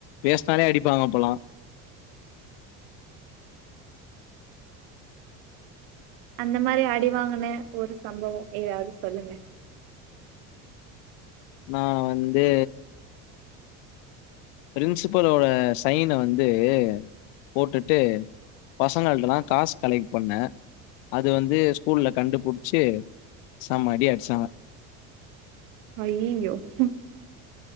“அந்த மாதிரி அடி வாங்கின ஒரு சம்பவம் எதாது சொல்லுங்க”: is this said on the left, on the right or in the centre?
Right